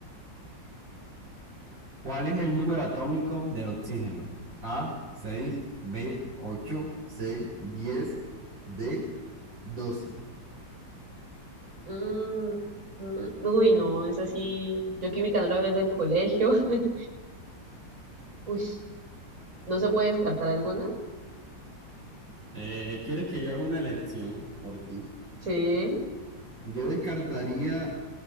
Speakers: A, on the right; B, on the right.
A: ¿Cuál es el número atómico del oxígeno? A, 6, B, 8, C, 10, D, doce.
B: Mm, mm, uy, no, es así. Yo química no la veo desde el colegio. <laughs> Uy, ¿no se puede descartar alguna?
A: Eh, ¿quieres que yo haga una elección por ti?
B: Sí.
A: Yo descartaría